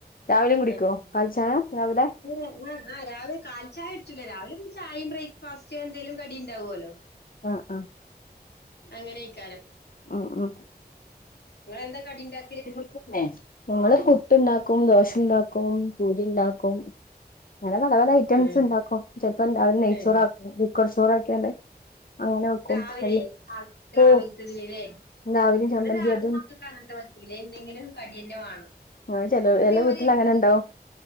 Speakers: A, on the left; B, on the left.
A: രാവിലെയും കുടിക്കോ
B: ആഹ്
A: കാലിചായ രാവിലെ
B: <inaudible> ആഹ് രാവിലേ കാലിചായടിച്ചൂല്ലേ രാവിലെ പിന്നെ ചായേം ബ്രേക്ക്ഫാസ്റ്റ് എന്തേലും കടിണ്ടാവുല്ലോ
A: ആഹ് ആഹ്
B: അങ്ങനെയൊക്കാരം
A: ആഹ് ഉം ഉം
B: ഇങ്ങളെന്താ കടിണ്ടാ
A: <unintelligible> ങ്ങ്ള് പുട്ട്ണ്ടാക്കും ദോശണ്ടാക്കും പൂരിണ്ടാക്കും അങ്ങനെ പല പല ഐറ്റംസ്ണ്ടാക്കും
B: ഉം
A: ചെൽപ്പം രാവിലേ നെയ്ച്ചോറാക്കും
B: ഉം
A: കുക്കർ ചോറാക്കിയാണ്ട് അങ്ങനെ വെക്കും
B: രാവിലേ
A: അല്ല
B: ആഹ് രാവിൽത്തെന്നേലേ
A: ഓ രാവിലെ
B: ഇവടെ
A: ചമ്മന്തി
B: രാവിലെ
A: അതും
B: മക്ക ക്കങ്ങൻത്തെ പറ്റൂലേ എന്തെങ്കിലും കടിയന്നെ വാണം
A: അങ്ങനെ ചില
B: ഞങ്ങള്
A: ചില
B: ഇതേമാതിരിയാ
A: വീട്ടിൽ അങ്ങനെ ഉണ്ടാവും